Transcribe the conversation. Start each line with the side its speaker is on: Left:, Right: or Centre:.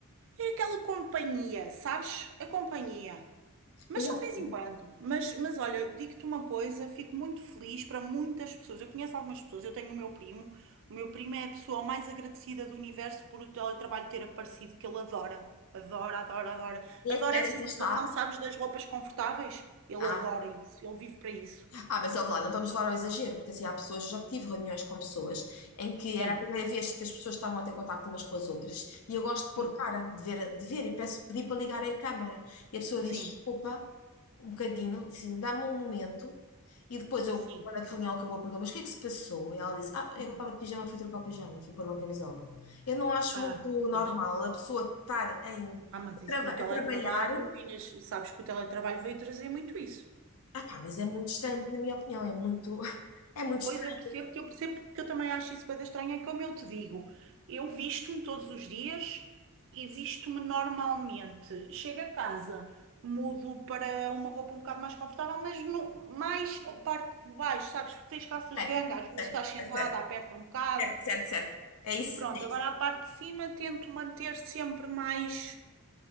Right: É aquela companhia, sabes? A companhia. Mas
Left: Pois
Right: só
Left: já
Right: de
Left: percebi.
Right: vez em quando. Mas, mas olha, digo-te uma coisa, fico muito feliz para muitas pessoas. Eu conheço algumas pessoas, eu tenho o meu primo. O meu primo é a pessoa mais agradecida do universo por o teletrabalho ter aparecido, que ele adora. Adora, adora, adora. Adora
Left: E que
Right: essa
Left: área que
Right: situação,
Left: ele está?
Right: sabes, das roupas confortáveis. Ele
Left: Ah.
Right: adora isso, ele vive para isso.
Left: Ah, mas ouve lá, não vamos levar ao exagero, porque assim há pessoas, eu já tive reuniões com pessoas em que
Right: Sim,
Left: era a primeira vez que as pessoas estavam a ter contacto umas com as outras e eu gosto de pôr
Right: sim,
Left: cara, de ver, de ver e peço, pedi para ligarem a câmara. E a pessoa
Right: sim.
Left: diz desculpa, um bocadinho, assim, dá-me um momento. E depois eu,
Right: Sim.
Left: quando a reunião acabou, perguntou, mas o que é que se passou? E ela disse, ah, eu
Right: Uhum.
Left: estava de pijama, fui trocar o pijama, fui pôr uma camisola. Eu não acho
Right: Ah,
Left: muito normal
Right: pois.
Left: a pessoa estar em,
Right: Ah, mas
Left: a,
Right: isso
Left: trava-
Right: no
Left: a
Right: teletrabalho,
Left: trabalhar,
Right: Inês, sabes que o teletrabalho veio trazer muito isso.
Left: ah pá, mas é muito estranho, na minha opinião, é muito, <laughs> é muito estranho
Right: Pois eu percebo, eu percebo porque eu também acho isso bem estranho, é como eu te digo, eu visto-me todos os dias e visto-me normalmente. Chego a casa, mudo para uma roupa um bocado mais confortável, mas no, mais a parte de baixo, sabes? Porque tens calças
Left: Sei,
Right: de ganga, às vezes
Left: sei,
Right: estás sentada,
Left: sei, certo,
Right: aperta um bocado.
Left: certo, certo, certo. É isso,
Right: Pronto,
Left: é
Right: agora
Left: isso.
Right: a parte de cima tento manter sempre mais.